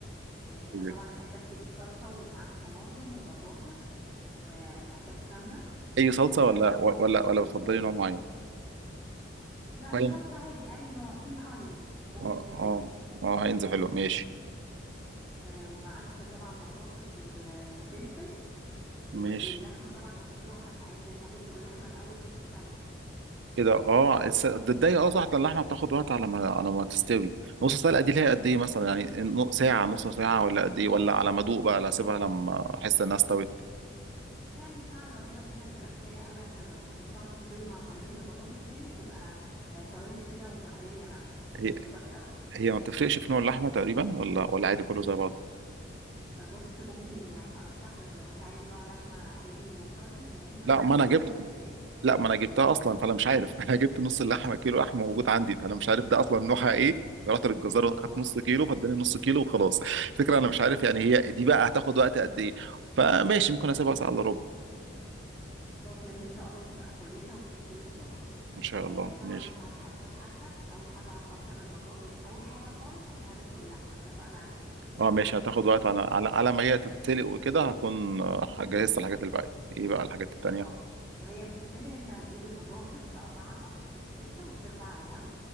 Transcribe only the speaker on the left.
إيه انت
طبعا هتحتاج تجيب صلصه ومعاك طماطم وبطاطس ومحتاج سمنه
آه
ومح...
لا
الصلصه عادي اي نوع في هاينز ممكن
حلوه
آه ومعاك طبعا بطاطس و... وفلفل و...
واللحمه طبعا هتسلقها انت عارف ان انت هتسلق اللحمه الاول نص سلقه
يعني ساعة إلا ربع كده هتبقى كفاية قوي عشان لما تحطها تستوي مع صينية البطاطس تاني تبقى آه، طرية كده ومهرية معاك هتعجبك
قوي
آه، بص ممكن يعني أرشح لك لو أنت عايز نوع لحمة حلو وطري يا إما الموزة
يا إما السن
اه
خلاص ماشي إن شاء الله تبقى كويسة وبتستوي بسرعة
آه،
طبعا
أنت هتحضر حاجتك أول حاجة هتقشر البطاطس أول حاجة خالص إحنا هنسلق اللحمة اتفقنا على كده
اه وهي بتتسلق أنت هتجيب البطاطس تقطعها وتغسلها وتسيبها على جنب